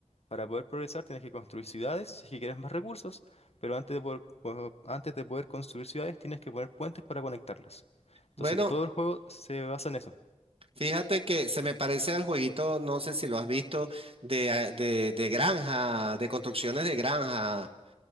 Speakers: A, on the left; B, on the right.
A: Para poder progresar tienes que construir ciudades si es que quieres más recursos, pero antes de poder, po- antes de poder construir ciudades tienes que poner puentes para conectarlas. Entonces
B: Bueno,
A: todo el juego se basa en eso.
B: fíjate que se me parece al jueguito, no sé si lo has visto, de, ah, de, de granja, de construcciones de granja,